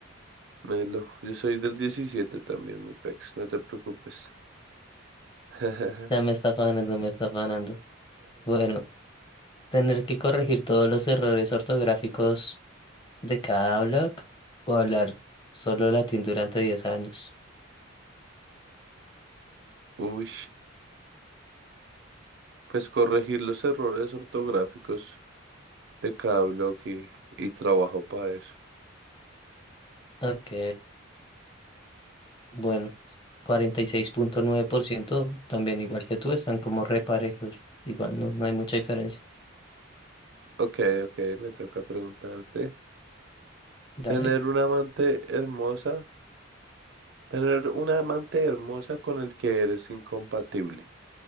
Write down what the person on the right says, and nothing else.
Melo, yo soy del 17 también, mi pex, no te preocupes. <laughs>
Uy, pues corregir los errores ortográficos. de cada bloque y trabajo para eso.
Ok, ok, me toca preguntarte.
Tener una amante hermosa, tener una amante hermosa con el que eres incompatible